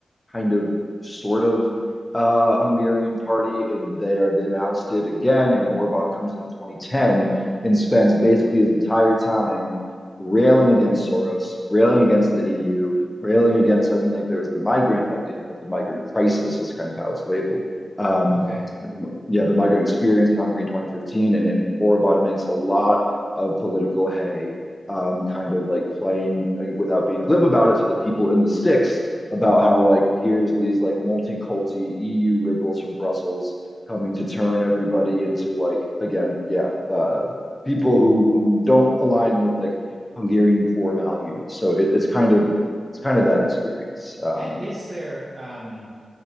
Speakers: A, on the left; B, on the right.
A: kind of sort of uh, Hungarian party, and they are then ousted again. And Orban comes in in 2010 and spends basically his entire time railing against Soros, railing against the EU, railing against. I mean, like there was the migrant, you know, the migrant crisis is kind of how it's labeled. Um,
B: okay.
A: yeah, the migrant experience in Hungary in 2015. And then Orbán makes a lot of political hay, um, kind of like playing like, without being glib about it to the people in the sticks about how like here's these like multi-culti EU liberals from Brussels coming to turn everybody into like again, yeah, uh, people who who don't align with like Hungarian core values. So it, it's kind of it's kind of that experience. Um,
B: And is there, um,